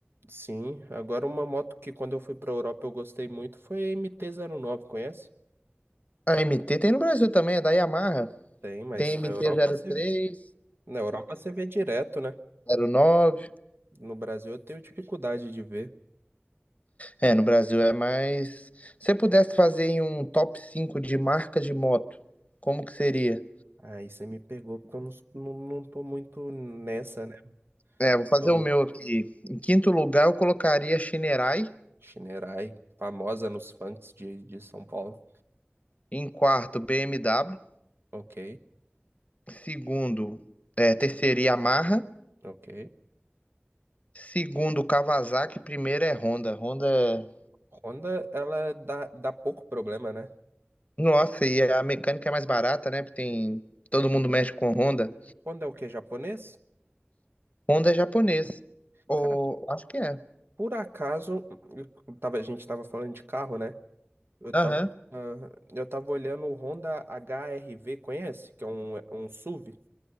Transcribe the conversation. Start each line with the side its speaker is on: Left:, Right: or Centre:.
Right: sim, agora uma moto que quando eu fui pra Europa eu gostei muito foi a mt nove. conhece?
Left: A MT tem no Brasil também, é da Yamaha.
Right: Tem, mas
Left: Tem MT
Right: na Europa
Left: sete,
Right: você Na Europa você vê direto, né?
Left: zero nove.
Right: No Brasil eu tenho dificuldade de ver.
Left: É, no Brasil é mais. Se você pudesse fazer em um top 5 de marca de moto, como que seria?
Right: Aí você me pegou porque eu não, não, não tô muito nessa, né?
Left: É, vou fazer
Right: Douglas
Left: o meu aqui. Em quinto lugar, eu colocaria Shinerai.
Right: Shinerai, famosa nos funks de, de São Paulo.
Left: Em quarto, BMW.
Right: Ok,
Left: Segundo, é, terceiro, Yamaha.
Right: ok.
Left: Segundo, Kawasaki. Primeiro é Honda. Honda é...
Right: Honda, ela dá, dá pouco problema, né?
Left: Nossa, e a mecânica é mais barata, né? Porque tem... Todo mundo mexe com Honda.
Right: Honda é o quê? Japonês?
Left: Honda é japonês. Ou...
Right: Cara,
Left: Acho que é.
Right: por acaso, eu tava, a gente tava falando de carro, né? Eu tava,
Left: Aham.
Right: ah, eu tava olhando o Honda HRV, conhece? Que é um, é um SUV.